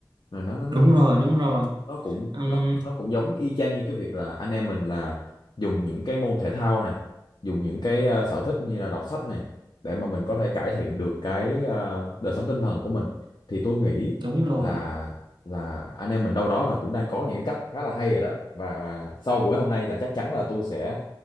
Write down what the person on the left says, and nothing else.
là nó nó
nó cũng
nó nó cũng giống y chang như cái việc là anh em mình là dùng những cái môn thể thao này dùng những cái ờ, sở thích như là đọc sách này để mà mình có thể cải thiện được cái ờ, đời sống tinh thần của mình thì tôi nghĩ
là là anh em mình đâu đó là cũng đang có những cái cách khá là hay rồi đó và và sau buổi hôm nay là chắc chắn là tôi sẽ